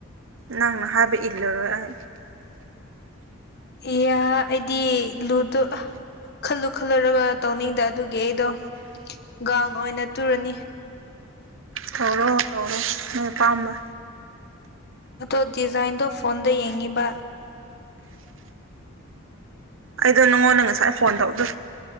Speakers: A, on the right (about 65°); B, on the left (about 50°).
A: ꯅꯪꯅ ꯍꯥꯏꯕ ꯏꯜꯂꯔꯣꯏ ꯑꯩ <inaudible>
B: ꯏꯌꯥ ꯑꯩꯗꯤ ꯂꯨꯗꯣ ꯈꯜꯂꯨ ꯈꯜꯂꯨꯔꯒ ꯇꯧꯅꯤꯡꯗꯦ ꯑꯗꯨꯒꯤ ꯑꯩꯗꯣ ꯒꯥꯎꯟ ꯑꯣꯏꯅ ꯇꯨꯔꯅꯤ
A: ꯇꯧꯔꯣ ꯇꯧꯔꯣ ꯅꯣꯏ ꯑꯄꯥꯝꯕ
B: ꯑꯗꯣ ꯗꯤꯖꯥꯏꯟꯗꯣ ꯐꯣꯟꯗ ꯌꯦꯡꯉꯤꯕ
A: ꯑꯩꯗꯣ ꯅꯪꯉꯣꯟꯗ ꯉꯁꯥꯏ ꯐꯣꯟ ꯇꯧꯕꯗꯨ